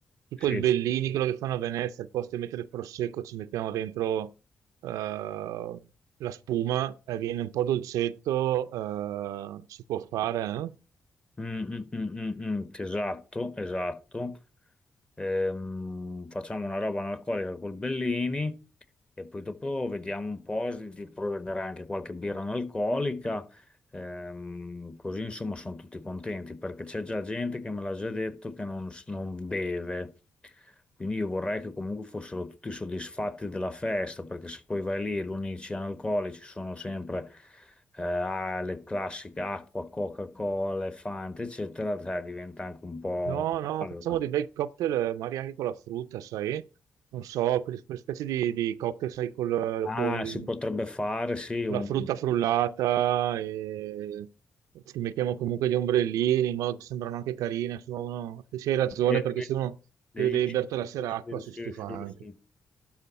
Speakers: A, on the right (about 85°); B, on the left (about 15°).
A: tipo
B: sì,
A: il Bellini, quello che fanno a Venezia, al posto di mettere il prosecco ci mettiamo dentro eh, la spuma, eh, viene un po' dolcetto, eh, si può fare, eh?
B: Mm, mm, mm, mm, mm, esatto, esatto. Ehm, facciamo una roba analcolica col Bellini. E poi dopo vediamo un po' s- di provvedere anche qualche birra non alcolica, ehm, così insomma sono tutti contenti perché c'è già gente che me l'ha già detto che non, s- non beve. Quindi io vorrei che comunque fossero tutti soddisfatti della festa, perché se poi vai lì e l'unici analcolici sono sempre eh, ah, le classiche acqua, Coca-Cola, Fanta, eccetera, sai, diventa anche un po'
A: No,
B: una
A: no,
B: palla.
A: facciamo dei bei cocktail, eh, magari anche con la frutta, sai? Non so, quelle, quelle specie di, di cocktail, sai, col,
B: Ah,
A: col-
B: si potrebbe fare, sì,
A: con
B: un...
A: la frutta frullata e ci mettiamo comunque gli ombrellini in modo che sembrano anche carine. Insomma, uno, se c'hai ragione,
B: de-
A: perché se uno beve
B: degli-
A: dei berto la sera acqua
B: si
A: si stufa
B: si-
A: anche.
B: si-